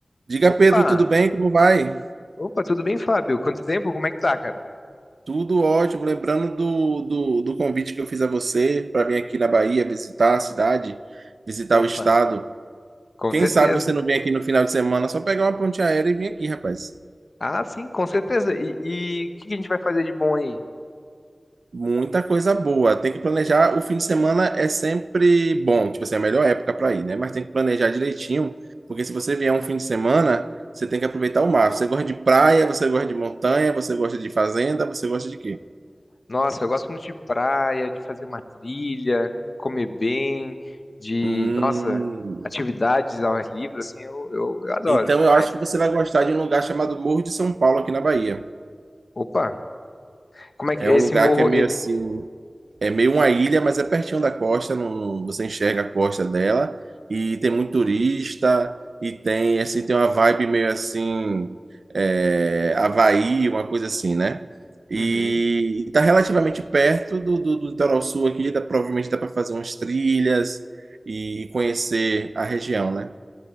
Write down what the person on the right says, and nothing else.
Diga,
Pedro, tudo bem? Como vai?
Tudo ótimo. Lembrando do, do, do convite que eu fiz a você para vir aqui na Bahia visitar a cidade, visitar
o estado.
Quem
sabe você não vem aqui no final de semana, só pegar uma ponte aérea e vir aqui, rapaz.
Muita coisa boa. Tem que planejar. O fim de semana é sempre bom, tipo assim, é a melhor época para ir, né? Mas tem que planejar direitinho, porque se você vier um fim de semana, você tem que aproveitar o mar. Você gosta de praia, você gosta de montanha, você gosta de fazenda, você gosta de quê?
Hum.
Então,
eu acho que você vai gostar de um lugar chamado Morro de São Paulo, aqui na Bahia.
É
um lugar
que é meio
assim, é meio uma ilha, mas é pertinho da costa, não, não- você enxerga a costa dela, e tem muito turista, e tem, assim, tem uma vibe meio assim, é, Havaí, uma coisa assim, né? E
está relativamente perto do, do, do litoral sul aqui, dá, provavelmente dá para fazer umas trilhas e conhecer a região, né?